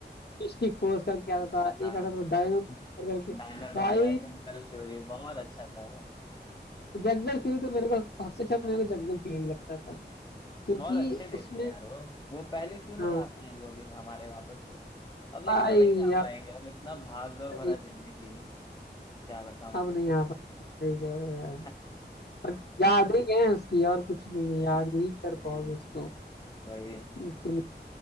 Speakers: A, on the left; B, on the left.
A: मिस्टिक फोर्स करके आता था
B: हाँ
A: एक आता था डायनो थंडर करके
B: डायनो ठंडा
A: भाई
B: जंगल फ्यूरी बहुत अच्छा था वो
A: जंगल फ्यूरी तो मेरे को सबसे अच्छा मेरे को जंगल फ्यूरी लगता था क्योंकि
B: बहुत अच्छे दिन
A: उसमें
B: थे यार वो वो पहले क्यों नहीं
A: हाँ
B: आते हैं वो दिन हमारे वापस से अब लेकिन
A: भाई
B: वो नहीं आ पाएंगे
A: आप
B: अब इतना भाग दौड़
A: सही
B: भरा जिंदगी क्या बताऊं
A: अब नहीं आ पाते सही कह रहे हो यार
B: <laughs>
A: बट याद ही है उसकी और कुछ नहीं है याद ही
B: वही
A: कर पाओगे उसको
B: वही
A: एक्चुअली